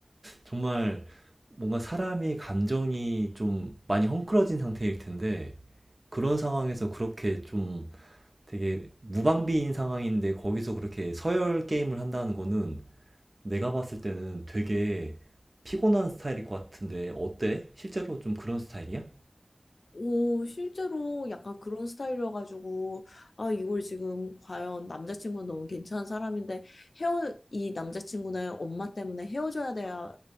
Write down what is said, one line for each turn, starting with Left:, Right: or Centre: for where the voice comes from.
Right: 정말 뭔가 사람의 감정이 좀 많이 헝클어진 상태일 텐데 그런 상황에서 그렇게 좀 되게 무방비인 상황인데 거기서 그렇게 서열 게임을 한다는 거는 내가 봤을 때는 되게 피곤한 스타일일 것 같은데 어때? 실제로 좀 그런 스타일이야?
Left: 오, 실제로 약간 그런 스타일이어가지고, 아, 이걸 지금 과연 남자친구는 너무 괜찮은 사람인데, 헤어, 이 남자친구는 엄마 때문에 헤어져야 되나